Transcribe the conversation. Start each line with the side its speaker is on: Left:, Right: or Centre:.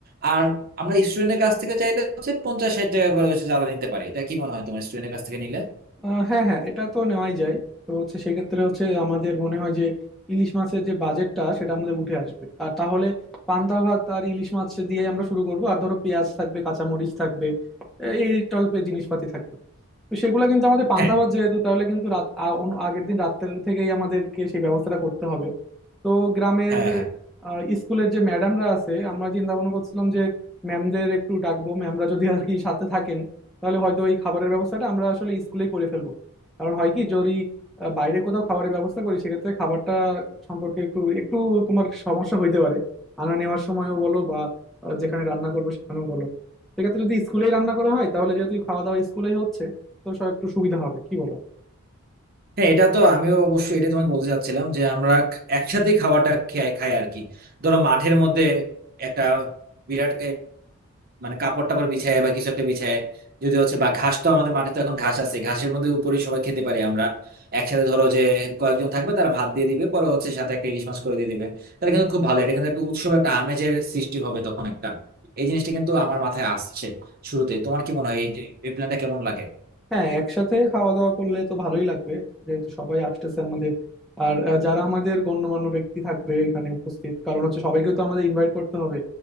Right: আর আমরা স্টুডেন্টের কাছ থেকে চাইলে হচ্ছে পঞ্চাশ ষাট টাকা করে হচ্ছে চাঁদা নিতে পারি এটা কি মনে হয় তোমার স্টুডেন্টের কাছ থেকে নিলে
Centre: আহ হ্যাঁ হ্যাঁ এটা তো নেওয়াই যায় তো হচ্ছে সেক্ষেত্রে হচ্ছে আমাদের মনে হয় যে ইলিশ মাছের যে বাজেটটা সেটা আমাদের উঠে আসবে আর তাহলে পান্তা ভাত আর ইলিশ মাছ দিয়ে আমরা শুরু করব আর ধরো পেঁয়াজ থাকবে কাঁচামরিচ থাকবে আহ এই টাইপের জিনিসপাতি থাকবে তো সেগুলো কিন্তু আমাদের পান্তা
Right: হ্যাঁ
Centre: ভাত যেহেতু তাহলে কিন্তু রাত আ- অন্য- আগের দিন রাত্রের থেকেই আমাদেরকে সেই ব্যবস্থাটা করতে হবে তো গ্রামের
Right: হ্যাঁ হ্যাঁ
Centre: আহ, স্কুলের যে ম্যাডামরা আছে আমরা চিন্তা ভাবনা করছিলাম যে ম্যামদের একটু ডাকবো ম্যামরা যদি আর কি সাথে থাকেন তাহলে হয়তো এই খাবারের ব্যবস্থাটা আমরা আসলে স্কুলেই করে ফেলবো কারণ হয় কি যদি আহ, বাইরে কোথাও খাবারের ব্যবস্থা করি সেক্ষেত্রে খাবারটা সম্পর্কে একটু একটু তোমার সমস্যা হইতে পারে আনা নেওয়ার সময়ও বলো বা আহ, যেখানে রান্না করবো সেখানেও বলো সেক্ষেত্রে যদি স্কুলেই রান্না করা হয় তাহলে যেহেতু খাওয়া দাওয়া স্কুলেই হচ্ছে তো সব একটু সুবিধা হবে কি বলো
Right: হ্যাঁ এটা তো আমিও অবশ্যই এটা তোমাকে বলতে চাচ্ছিলাম যে আমরা একসাথে খাওয়াটা খাই খাই আর কি ধরো মাঠের মধ্যে একটা বিরাট মানে কাপড় টাপড় বিছায় বা কিছু একটা বিছায় যদি হচ্ছে বা ঘাস তো আমাদের মাঠে তো এখন ঘাস আছে ঘাসের মধ্যে উপরে সবাই খেতে পারি আমরা একসাথে ধরো যে কয়েকজন থাকবে তারা ভাত দিয়ে দিবে পরে হচ্ছে সাথে একটা ইলিশ মাছ করে দিয়ে দিবে তাহলে কিন্তু খুব ভালো এটা কিন্তু একটা উৎসব একটা আমেজের সৃষ্টি হবে তখন একটা এই জিনিসটা কিন্তু আমার মাথায় আসছে শুরুতে তোমার কি মনে হয় এই এই প্ল্যানটা কেমন লাগে
Centre: হ্যাঁ একসাথে খাওয়া দাওয়া করলে তো ভালোই লাগবে যেহেতু সবাই আসতেছে আমাদের আর আহ, যারা আমাদের গণ্যমান্য ব্যক্তি থাকবে এখানে উপস্থিত কারণ হচ্ছে সবাইকে তো আমাদের ইনভাইট করতে হবে